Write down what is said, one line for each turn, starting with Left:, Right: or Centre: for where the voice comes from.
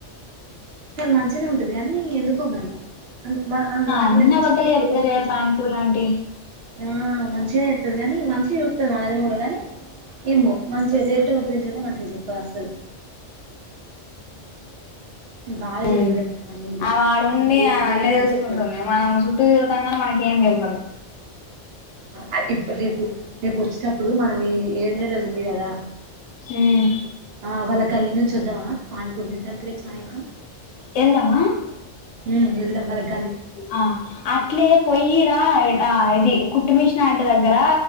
Right: చాల మంచినే ఉంటది కాగానీ ఎందుకో మరి మా ఆ మాటలే
Left: అన్ని
Right: మస్తూ
Left: అబద్ధాలే
Right: పొగరు
Left: చెప్తదే
Right: చూపిద్దాం
Left: పానీపూరి ఆంటీ
Right: ఆ మంచిగానే ఇత్తది కాని మంచిగా చూస్తుంది మనల్ని కూడా కాని ఏమో మంచిగా వేరిటల గురించి అయితే మంచిగా చెప్పదిఅసలు బాగా
Left: ఉమ్మ్
Right: చెత్తది మరి మన ముందు
Left: ఆమె ఆడుండి
Right: అన్ని లేనిపోని
Left: అన్నీ
Right: అన్ని
Left: తెలుసుకుంటుంది
Right: చెప్తది
Left: మనం చుట్టూ తిరగటం కాని మనకి ఏం తెలివదు.
Right: ఆ ఇప్పుడ్ రేపు రేపు వచ్చేటప్పుడు మనం ఈ ఏడు నెలది ఉంది కదా
Left: ఉమ్మ్
Right: ఆ వాళ్ళ గల్లీ నుంచి వద్దమై పానీ పూరి తిన్ తనకి సాయంత్రం
Left: ఎల్దామా
Right: ఉమ్మ్ వెళ్దాం వాళ్ళకి
Left: ఆ అట్లే పొయ్యిరా ఇ ఆ ఇది కుట్టు మిషన్ ఆంటీ దగ్గర